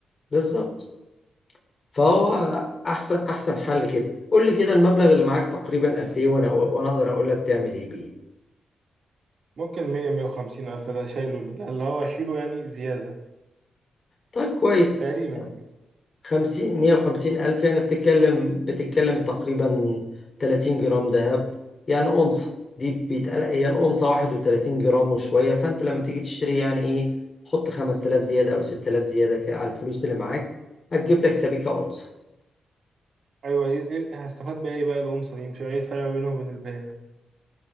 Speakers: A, on the left (about 35°); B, on the right (about 55°).
A: بالظبط فهو احسن احسن حل كده قول لي كده المبلغ اللي معاك تقريبا قد ايه وانا وانا اقدر اقول لك تعمل ايه بيه
B: ممكن 100 150 الف ده شايله اللي هو اشيله يعني زياده
A: طيب كويس
B: تقريبا يعني
A: خمسين مية وخمسين ألف يعني بتتكلم بتتكلم تقريبا تلاتين جرام ذهب يعني أونصة دي بيتقال هي الأونصة واحد وتلاتين جرام وشوية فأنت لما تيجي تشتري يعني إيه حط خمس تلاف زيادة أو ست تلاف زيادة كده على الفلوس اللي معاك هتجيب لك سبيكة أونصة
B: ايوه ايه إيه- إيه، هستفاد بايه بقى الانثى دي مش عارف ايه الفرق ما بينها وبين الباقي يعني.